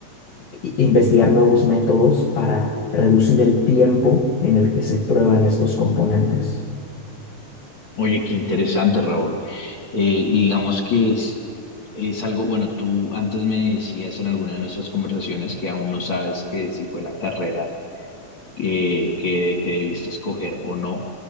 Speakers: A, on the left; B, on the left.
A: i- investigar nuevos métodos para reducir el tiempo en el que se prueban estos componentes.
B: Oye, qué interesante, Raúl. Eh, y digamos que es, es algo, bueno, tú antes me decías en alguna de nuestras conversaciones que aún no sabes que si fue la carrera eh, que, que debiste escoger o no.